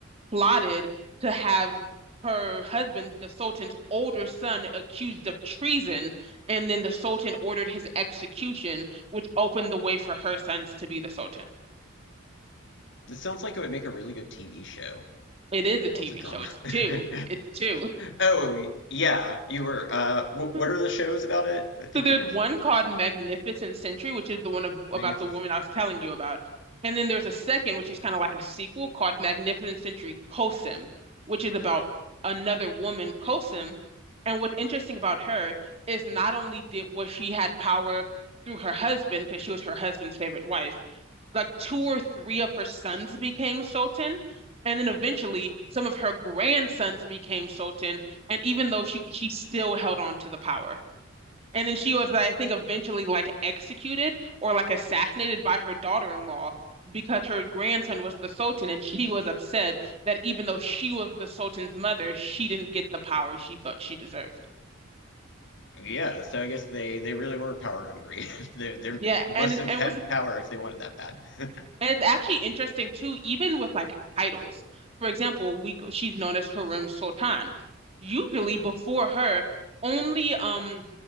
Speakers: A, on the right; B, on the left.
A: plotted to have her husband, the Sultan's older son, accused of treason, and then the Sultan ordered his execution, which opened the way for her sons to be the Sultan.
B: this sounds like it would make a really good TV show.
A: It is a TV
B: Lots of drama.
A: show. It's
B: <laughs>
A: two. It's two.
B: Oh yeah, you were. Uh, wh
A: <laughs>
B: what are the shows about it? I think
A: So there's
B: you mentioned
A: one
B: them.
A: called Magnificent Century, which is the one ab- about
B: Magnificent
A: the woman
B: Century.
A: I was telling you about. And then there's a second, which is kind of like a sequel called Magnificent Century Cosim, which is about another woman, Cosim. And what's interesting about her is not only did was she had power through her husband, because she was her husband's favorite wife, like two or three of her sons became Sultan, and then eventually some of her grandsons became Sultan. And even though she she still held on to the power, and then she was, I think, eventually like executed or like assassinated by her daughter-in-law because her grandson was the Sultan, and she was upset that even though she was the Sultan's mother, she didn't get the power she thought she deserved.
B: Yeah, so I guess they they really were power hungry. <laughs> They they
A: Yeah,
B: must
A: and
B: have
A: and
B: had
A: what's
B: power if they wanted that bad. <laughs>
A: And it's actually interesting too, even with like titles. For example, we she's known as Harem Sultan. Usually before her, only um